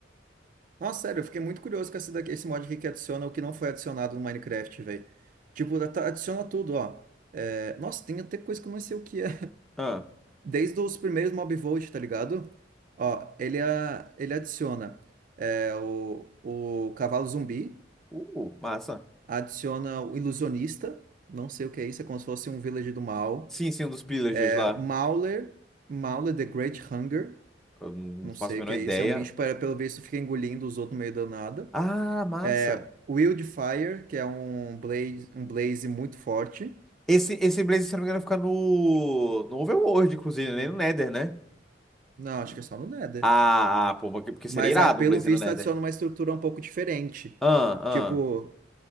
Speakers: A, on the right; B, in the centre.
A: <laughs> Nossa, sério, eu fiquei muito curioso com esse, daqui, esse mod aqui que adiciona o que não foi adicionado no Minecraft, velho. Tipo, ata- adiciona tudo, ó. É, Nossa, tem até coisa que eu não sei o que é.
B: Ah,
A: desde os primeiros Mobvolt, tá ligado? Ó, ele, a- ele adiciona é, o, o cavalo zumbi,
B: uh, massa.
A: adiciona o ilusionista, não sei o que é isso, é como se fosse um villager do mal.
B: Sim, sim, um dos pillagers
A: É,
B: lá.
A: Mauler, Mauler the Great Hunger,
B: Eu não
A: não
B: faço
A: sei
B: a
A: o
B: menor
A: que é
B: ideia.
A: isso, é um bicho que pelo visto fica engolindo os outros no meio do nada.
B: Ah, massa.
A: É, Wildfire, que é um blaze, um blaze muito forte.
B: Esse, esse Blaze, se não me engano, fica no, no Overworld, inclusive, nem no Nether, né?
A: Não, acho que é só no Nether.
B: Ah, ah, pô, porque porque
A: Mas
B: seria irado
A: ah, pelo
B: um Blaze
A: visto
B: no Nether.
A: adiciona uma estrutura um pouco diferente.
B: Ah, ah.
A: Tipo,